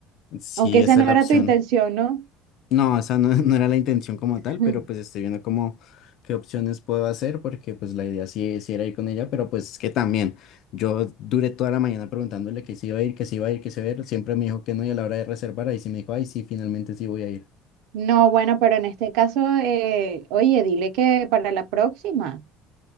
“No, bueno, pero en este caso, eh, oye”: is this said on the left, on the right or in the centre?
Right